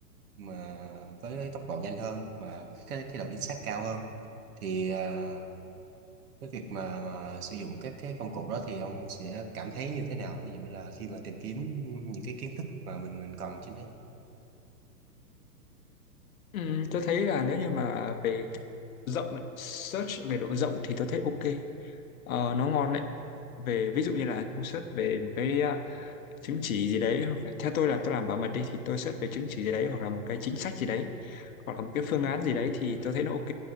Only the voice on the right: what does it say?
mà với tốc độ nhanh hơn và cái cái độ chính xác cao hơn thì ờ, cái việc mà, mà sử dụng các cái công cụ đó thì ông sẽ cảm thấy như thế nào ví dụ là khi mà tìm kiếm những cái kiến thức mà mình mình cần trên đấy